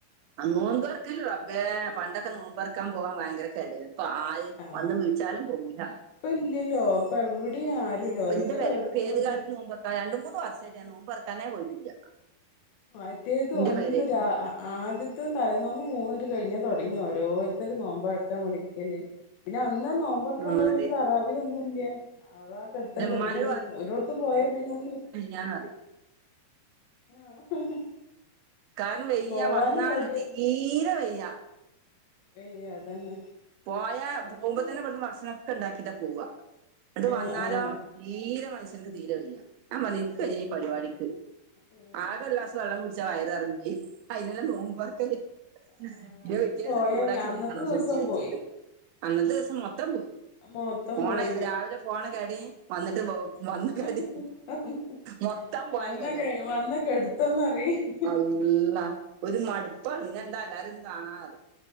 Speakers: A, on the right (about 80°); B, on the left (about 85°).
A: ആ നോമ്പർക്കല് റബ്ബേ പണ്ടൊക്കെ നോമ്പർക്കാൻ പോകാൻ ഭയങ്കര കെടേയ്ന്നു ഇപ്പൊ ആര്
B: ആഹ്
A: വന്ന് വിൾച്ചാലും പോവൂല
B: ഇപ്പ ഇല്ലല്ലോ ഇപ്പ എവിടെയും ആരുല്ല ഓരോരുത്തര്
A: ഇന്റെ പെരേക്കൊക്കെ
B: ഓരോരുത്തരെ
A: ഏത്
B: വീട്ട്
A: കാൽത്ത് നോമ്പർ രണ്ട് മൂന്ന് വർഷായിട്ട്
B: ആഹ്
A: ഞാൻ നോമ്പർക്കാനേ പോയ്റ്റ്ല്ല്യ
B: മറ്റേത്
A: ന്റെ
B: ഒന്ന്
A: പെരേക്ക്
B: രാ ആദ്യത്തെ തലൽ നോമ്പ് മൂന്ന്ട്ട് കഴിഞ്ഞ തൊട്ങ്ങി ഓരോര്ത്തര് നോമ്പറക്കാൻ വിളിക്കല് പിന്നെ അന്നാ നോമ്പറക്കാൻ
A: അത്
B: പോയ പിന്നെ തറാവീഹ് ഒന്നും ല്ല്യാ അവ്ടാ കെട്ത്തം
A: ന്റെമ്മാനോട്
B: കെട്ന്ന് ഒരോട്ത്ത് പോയാ പിന്നെ ഒന്ന്
A: ഞാനും അതേ
B: ആഹ്
A: കാര്ണം വെയ്യ
B: പോവാനും
A: വന്നാലോ
B: മടിയ
A: തീരെ വെയ്യ
B: വെയ്യ അതന്നെ
A: പോയാ
B: അന്നിട്ട്
A: പോകുമ്പതന്നെ ഇവട്ന്ന് ഭക്ഷണൊക്കെ ണ്ടാക്കിട്ടാ പോവാ ന്ന്ട്ട്
B: ആഹ്
A: വന്നാലോ
B: ആഹ്
A: തീരെ മനുഷ്യൻക്ക് തീരെ വെയ്യാ ഞാൻ പർഞ്ഞ്
B: വെയ്ക്കൂല
A: ഇൻക്ക് വയ്യ ഈ പരിവാടിക്ക്
B: ആഹ്
A: ആകെ ഒര്ളാസ് വെള്ളം കുട്ച്ചാ വയര് നറയും ചെയ്യും അയ്നല്ലെ നോമ്പർക്കല്
B: ആഹ്
A: പിന്നെ
B: അയിന്
A: പിറ്റേസം
B: പോയ
A: ചൂടാക്കി
B: അന്നത്തെ
A: തിന്നണം
B: ദിവസം
A: ഫ്രിഡ്ജിൽ വെച്ച്
B: പോയി
A: അന്നത്തെ ദിവസം മൊത്തം പോയി
B: മൊത്തം
A: പോണ
B: പോയി
A: രാവിലെ പോണ കെടീം വന്ന്ട്ട് വന്ന
B: പിന്നെ
A: കെടിം മൊത്തം പോയ
B: വന്ന
A: കെടേണ്
B: കെ വന്ന <unintelligible>
A: അള്ളാ ഒരു മടുപ്പാണ് പിന്നെ എന്താ എല്ലാരിം ഒന്ന് കാണാറയും